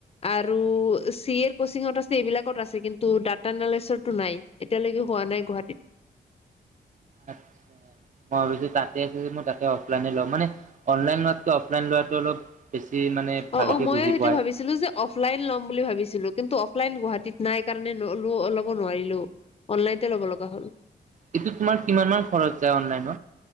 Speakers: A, on the left; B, on the right.
A: আৰু চি এড কচিঙত আছে এইবিলাকত আছে কিন্তু ডাটা এনালিচৰটো নাই এতিয়ালৈকে হোৱা নাই গুৱাহাটীত। <inaudible>
B: আচ্ছা মই ভাবিছো তাতে আছে মই তাতে অফলাইনে লও মানে অনলাইন লোৱটো অফলাইন লোৱাটো অলপ বেছি মানে ভালকে
A: অ অ ময়ো
B: বুজি
A: সেইটো
B: পাই।
A: ভাবিছিলো যে অফলাইন ল'ম বুলি ভাবিছিলো কিন্তু অফলাইন গুৱাহাটী সিত নাই কাৰণে ল'ব নোৱাৰিলোও অনলাইনতে ল'ব লগা হ'ল।
B: এইটো তোমাৰ কিমান মান খৰচ যায় অনলাইনত?